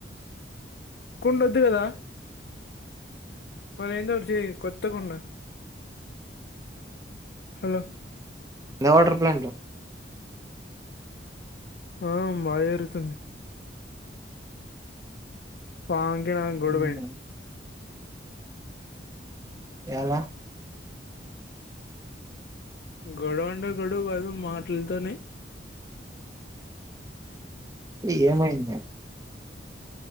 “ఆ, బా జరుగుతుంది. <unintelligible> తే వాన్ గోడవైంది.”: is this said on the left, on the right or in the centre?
Left